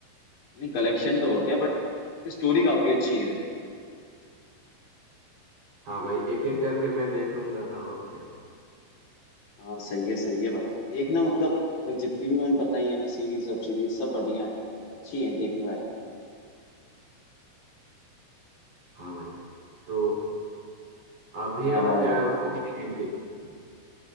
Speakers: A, on the left; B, on the right.
A: नहीं कलेक्शन तो हो गया बट उसकी स्टोरी काफी अच्छी है
B: हाँ भाई एक एक करके मैं देख लूंगा और क्या
A: हाँ सही है सही है भाई देखना मतलब लाइक जितनी भी मैंने बताई है ना सीरीज वेब सीरीज सब बढ़िया है अच्छी है देखने लायक
B: हाँ भाई तो अभी
A: हाँ
B: आप
A: भाई
B: क्या कौन सी मूवी देख रहे हो?